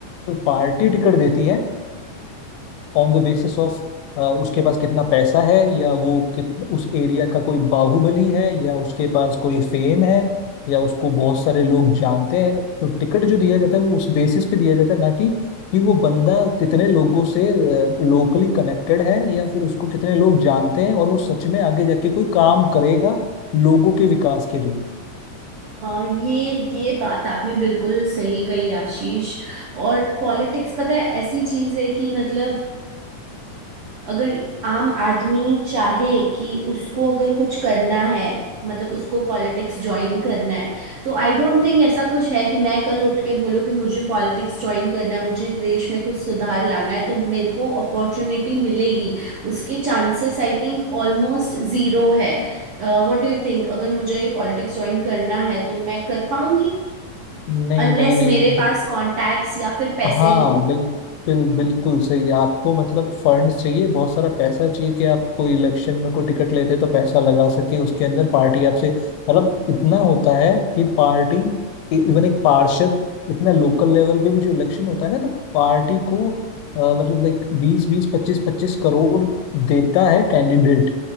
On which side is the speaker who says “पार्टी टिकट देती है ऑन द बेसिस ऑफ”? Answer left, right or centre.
Left